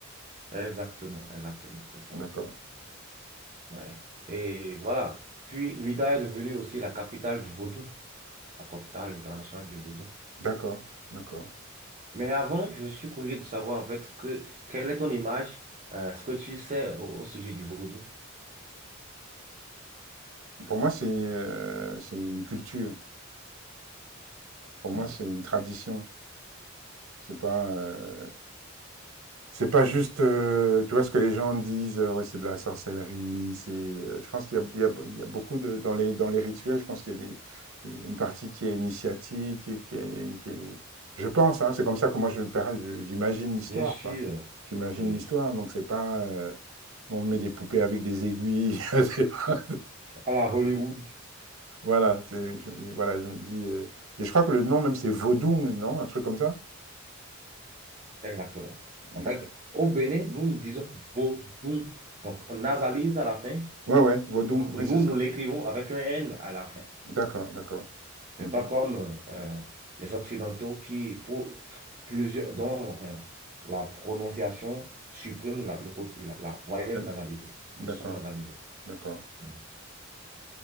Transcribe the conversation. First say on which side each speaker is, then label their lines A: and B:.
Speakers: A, on the right; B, on the right.
A: Exactement, exactement, c'est ça.
B: D'accord,
A: Ouais. Et voilà. Puis, Ouidah est devenue aussi la capitale du vaudou, la capitale internationale du vaudou.
B: d'accord, d'accord.
A: Mais avant, je suis curieux de savoir, en fait, que, quelle est ton image, euh, ce que tu sais au, au sujet du vaudou.
B: Pour moi, c'est euh, c'est une culture. Pour
A: tu
B: moi,
A: vois.
B: c'est une tradition. C'est pas, euh, c'est pas juste, euh, tu vois, ce que les gens disent, euh, ouais, c'est de la sorcellerie, c'est, euh, je pense qu'il y a, il y a- il y a beaucoup de, dans les, dans les rituels, je pense qu'il y a des, des- une partie qui est initiatique, et qui est, qui est- je pense, hein, c'est comme ça que moi je, perçois- je- j'imagine l'histoire,
A: Bien sûr,
B: quoi. J'imagine
A: oui.
B: l'histoire, donc c'est pas, euh, on met des poupées avec des aiguilles, <laughs> c'est pas-
A: À la Hollywood,
B: voilà, c'est, je, je- voilà, je me dis, euh, et je crois que le nom même c'est Vodou, non, un truc comme ça?
A: exactement.
B: D'accord.
A: En fait, au Bénin, nous, nous disons vaudou. Donc, on nasalise à la fin.
B: Ouais, ouais, Vodou,
A: Donc,
B: oui,
A: nous,
B: c'est ça.
A: nous l'écrivons avec un N à la fin.
B: D'accord, d'accord.
A: C'est
B: Mhm.
A: pas comme euh, les Occidentaux qui, pour plusieurs, dont enfin, la prononciation supprime la, le côté, la, la voyelle
B: D'ac-
A: nasalisée,
B: D'accord,
A: le son nasalisé.
B: d'accord.
A: Mhm.